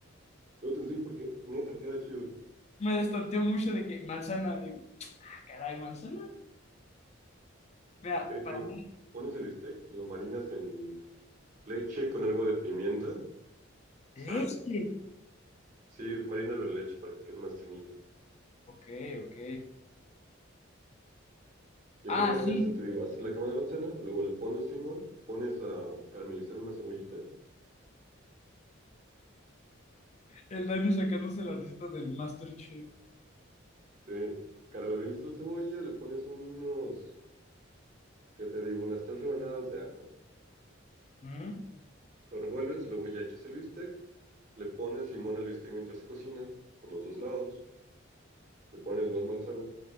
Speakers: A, on the right; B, on the left.
A: Luego te enseño porque, neta, queda chido.
B: Me destanteó mucho de que manzana. Digo, ah, caray, manzana. Mira,
A: Eh, te
B: para
A: digo,
B: mí,
A: pones el bistec, lo marinas en leche con algo de pimienta, sal.
B: leche.
A: Sí, marínalo en leche para que quede más tiernito.
B: Ok, ok.
A: Ya
B: Ah,
A: que lo marinaste,
B: sí,
A: te digo, haces la cama de manzana, luego le pones limón, pones a caramelizar una cebollita.
B: el Dani sacándose la receta del MasterChef.
A: Sí, caramelizas la cebolla, le pones unos, ¿qué te digo? Unas tres rebanadas de ajo
B: Mm,
A: Lo revuelves, luego ya echas el bistec, le pones limón al bistec mientras se cocina, por los dos lados, le pones más manzana